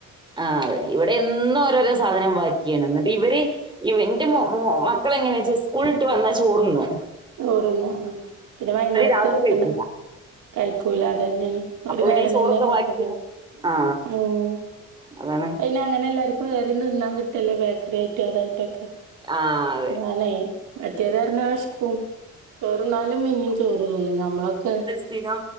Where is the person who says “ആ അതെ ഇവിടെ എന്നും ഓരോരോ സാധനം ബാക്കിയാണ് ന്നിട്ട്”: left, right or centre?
Right